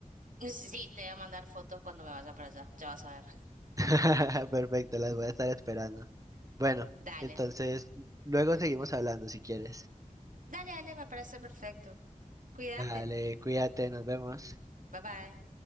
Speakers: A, on the right; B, on the right.
A: Sí, te voy a mandar fotos cuando me vaya para allá, ya vas a ver.
B: <laughs> Perfecto, las voy a estar esperando. Bueno,
A: Dale,
B: entonces luego seguimos hablando si quieres.
A: dale, dale, me parece perfecto. Cuídate,
B: Dale, cuídate, nos vemos.
A: bye bye.